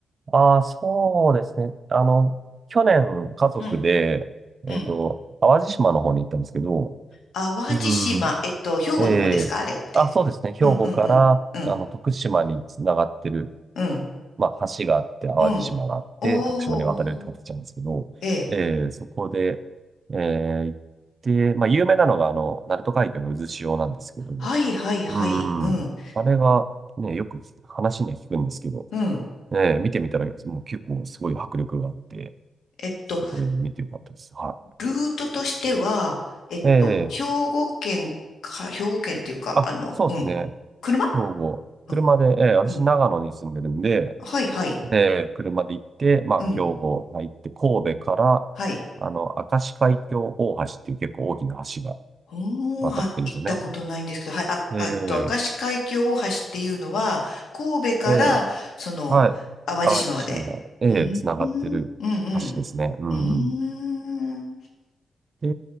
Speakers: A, on the right; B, on the left.
A: ああ、そうですね。あの、去年、家族で、
B: うん、
A: えっと、
B: うん。
A: 淡路島の方に行ったんですけど、
B: 淡路島、
A: うん。
B: えっと、兵庫の方ですかあれって。
A: ええ。あ、そうですね。兵庫から、
B: うん、うん、うん、うん、
A: あの、徳島につながってる、
B: うん、
A: まあ、橋があって、淡路島があって、
B: うん。おー、
A: 徳島に渡れるって形なんですけど、
B: ええ。
A: えーそこで、えー行って、まあ、有名なのが、あの、鳴門海峡の渦潮なんですけども、
B: はい、はい、はい。
A: うん、
B: うん、
A: あれが、ね、よく聞く話で聞くんですけど、
B: うん。
A: えー見てみたら、もう結構すごい迫力があって、
B: えっと、
A: すごい見てよかったです。は
B: ルートとしては、えっと、
A: い。
B: 兵庫県か、
A: ええ
B: 兵庫県っていうか、
A: あ、
B: あの、
A: そうですね。
B: うん、車
A: 兵庫。車で、
B: うん、
A: えー私、
B: うん。
A: 長野に住んでるんで、
B: はい、はい。
A: で、車で行って、まあ、
B: うん。
A: 兵庫入って、神戸から、
B: はい。
A: あの、明石海峡大橋っていう結構大きな橋が
B: おー、
A: 渡ってるんですよね。
B: は、行ったことないんですけど、はい、あ、
A: ええ
B: あえっと、明石海峡大橋っていうのは、神戸から、
A: ええ
B: その、
A: はい。
B: 淡路島まで。
A: 淡路島、ええ繋がってる橋ですね。
B: うん、うん、うん、
A: うんうん。
B: うん。うーん
A: で、